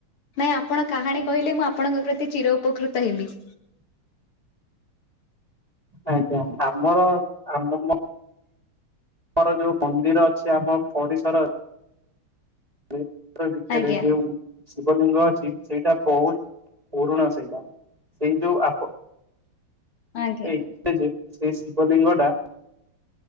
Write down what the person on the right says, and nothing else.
ଆଜ୍ଞା ଆମର ଆମ ମ ଆମର ଯୋଉ ମନ୍ଦିର ଅଛି ଆମ ପରିସର ଅ <unintelligible>
ଶିବଲିଙ୍ଗ ଅଛି ସେଇଟା ବହୁତ ପୁରୁଣ ସେଇଟା ସେଇ ଯୋଉ ଆପ
ଏଇ ଯେ ସେଇ ଶିବଲିଙ୍ଗ ଟା